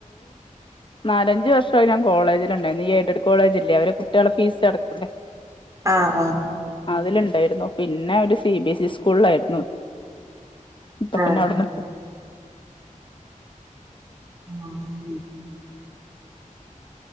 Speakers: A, on the left (about 35°); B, on the right (about 25°).
A: നാലഞ്ചു വർഷമായി ഞൻ കോളേജില് ഉണ്ടായിരുന്നു ഈ എയ്ഡഡ് കോളേജില്ലേ അവര് കുട്ടികള് ഫീസ് അടക്കൂല്ലേ
B: ആ ആ
A: അതിലുണ്ടായിരുന്നു പിന്നെ ഒരു സി ബി എസ് ഇ സ്കൂളിലായിരുന്നു ഇപ്പൊ
B: ആഹ്
A: പിന്നെ അവിടുന്ന്
B: ആന് <inaudible>